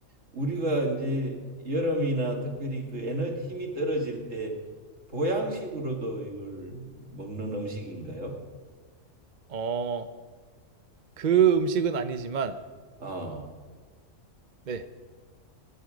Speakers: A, on the right; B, on the right.
A: 우리가 이제 여름이나 특별히 그 에너 힘이 떨어질 때 보양식으로도 이걸 먹는 음식인가요?
B: 어, 그 음식은 아니지만
A: 아,
B: 네,